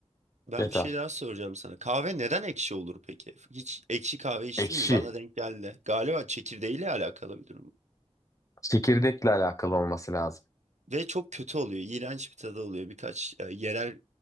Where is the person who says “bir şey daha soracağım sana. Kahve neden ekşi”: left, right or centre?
Right